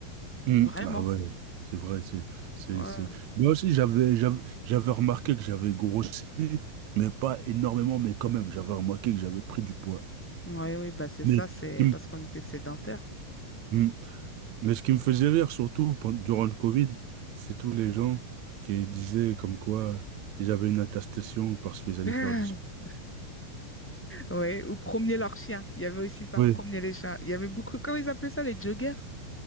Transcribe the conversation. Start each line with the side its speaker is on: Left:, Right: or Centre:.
Right: mm.
Centre: Vraiment.
Right: Ah ouais, c'est vrai, c'est, c'est,
Centre: Ouais.
Right: c'est. Moi aussi, j'avais, j'avais, j'avais remarqué que j'avais grossi, mais pas énormément, mais quand même, j'avais remarqué que j'avais pris du poids.
Centre: Ouais, oui, bah c'est
Right: Mais,
Centre: ça, c'est
Right: mm,
Centre: parce qu'on était sédentaires.
Right: mm. Mais ce qui me faisait rire surtout pen- durant le Covid, c'est tous les gens qui disaient comme quoi ils avaient une attestation parce qu'ils allaient
Centre: <laughs>
Right: faire du sport.
Centre: Ouais, ou promener leurs chiens. Il y avait aussi ça,
Right: Oui,
Centre: promener les chiens. Il y avait beaucoup. Comment ils appelaient ça, les joggers?